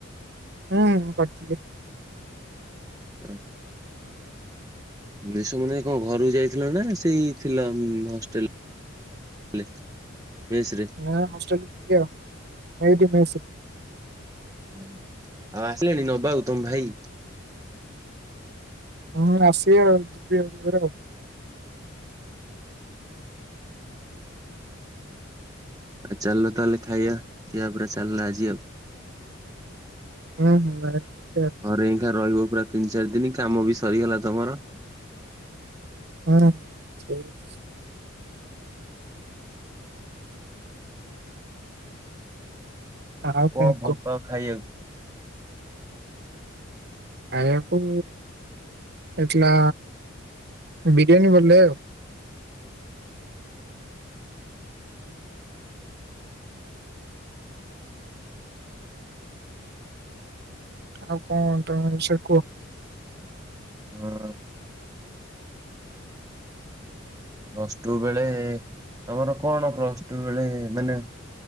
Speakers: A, on the right; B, on the right.
A: ହଁ, ହଁ କରଥିଲି।
B: ଆ, ଜ୍ୟେଷ୍ଠ ପୂର୍ଣ୍ଣିମାରେ କଣ ଘରକୁ ଯାଇଥିଲ ନା ସେଇ ଥିଲ ଉଁ, ହଷ୍ଟେଲ୍ ଲେ, ମେସ୍ ରେ
A: ନା ହଷ୍ଟେଲ୍ ଯିବି ଆଉ ଏଇଠି ମେସ୍ ରେ।
B: ଓହୋ ଆଉ ଆସିଲେଣି ନବାକୁ ତୋମ ଭାଇ?
A: ହଁ ଆସିବେ ଆଉ ଯିବି ଆଉ ଟିକେ ପରେ ଆଉ।
B: ଆଉ ଚାଲୁନ ତାହେଲେ ଖାଇବା ପିଇବା ପୁରା ଚାଲିଲା ଆଜି ଆଉ।
A: ଅଁ, ହଁ <unintelligible>
B: ଘରେ ଏକା ରହିବ ପୁରା ତିନି ଚାରି ଦିନ କାମ ବି ସରିଗଲା ତୋମର।
A: ହଁ, ହଁ <unintelligible> ଆଉ
B: କଣ ଭଲ
A: କୁହ
B: ପାଅ ଖାଇବାକୁ?
A: ଖାଇଆକୁ ଏ ଛିଲା ବିରିୟାନୀ ଭଲ ଲାଗେ ଆଉ। ଆଉ କଣ ତୋମ ର ସେ କୁଅ।
B: ହଁ। ପ୍ଲସ୍ ଟୁ ବେଳେ ତୋମର କଣ ପ୍ଲସ୍ ଟୁ ବେଳେ ମାନେ